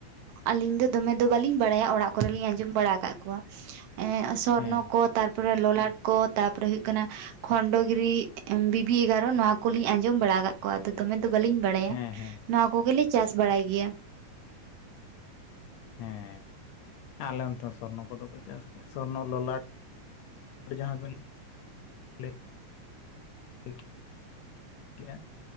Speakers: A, on the right; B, on the left.
A: ᱟᱹᱞᱤᱧ ᱫᱚ ᱫᱚᱢᱮ ᱫᱚ ᱵᱟᱹᱞᱤᱧ ᱵᱟᱲᱟᱭᱟ ᱚᱲᱟᱜ ᱠᱚᱨᱮ ᱞᱤᱧ ᱟᱸᱡᱚᱢ ᱵᱟᱲᱟ ᱟᱠᱟᱜ ᱠᱚᱣᱟ ᱮ ᱥᱚᱨᱱᱚ
B: ᱦᱮᱸ
A: ᱠᱚ ᱛᱟᱨᱯᱚᱨᱮ ᱞᱚᱞᱟᱴ ᱠᱚ ᱛᱟᱨᱯᱚᱨᱮ ᱦᱩᱭᱩᱜ ᱠᱟᱱᱟ ᱠᱷᱚᱱᱰᱚ ᱜᱤᱨᱤ ᱵᱤᱵᱤ ᱮᱜᱟᱨᱚ ᱱᱚᱣᱟ ᱠᱚᱞᱤᱧ ᱟᱸᱡᱚᱢ ᱵᱟᱲᱟ ᱟᱠᱟᱫ ᱠᱚᱣᱟ ᱟᱫᱚ ᱫᱚᱢᱮ ᱫᱚ ᱵᱟᱹᱞᱤᱧ ᱵᱟᱲᱟᱭᱟ
B: ᱦᱮᱸ ᱦᱮᱸ
A: ᱱᱚᱣᱟ ᱠᱚᱜᱮ ᱞᱮ ᱪᱟᱥ ᱵᱟᱲᱟᱭ ᱜᱮᱭᱟ
B: ᱦᱮᱸ ᱟᱞᱮ ᱚᱱᱛᱮ ᱥᱚᱨᱱᱚ ᱠᱚᱫᱚ ᱠᱚ ᱪᱟᱥ ᱜᱮᱭᱟ ᱥᱚᱨᱱᱚ ᱞᱚᱞᱟᱴ ᱟᱨ ᱡᱟᱦᱟᱸ ᱵᱮᱱ ᱞᱟᱹᱭ <unintelligible> ᱠᱮᱜᱼᱟ